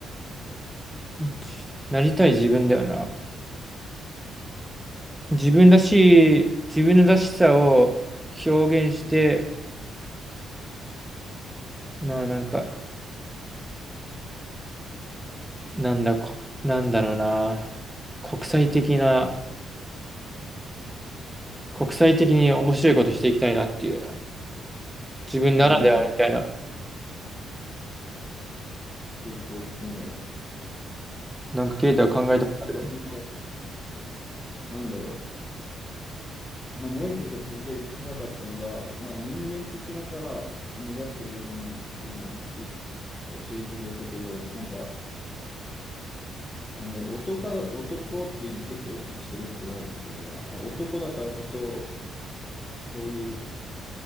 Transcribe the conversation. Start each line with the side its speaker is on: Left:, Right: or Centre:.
Centre: じなりたい自分だよな。自分らしい、自分のらしさを表現して、まあなんか、なんだ、こ、なんだろうな、国際的な、国際的に面白いことしていきたいなっていう、自分ならではみたいな、
Left: うん、うん。うん結構大きいね。
Centre: なんかケイタは考えたことある
Left: なんかその、なんだろう。まあ、もう一個ちょっと続けて聞きたかったのが、まあ、人間的なさ、目指してる部分をって今いい教えてくれたけど、なんか、なんだろう、男だ、男っていうの結構意識してると思う、自分は。男だからこそ、こういう、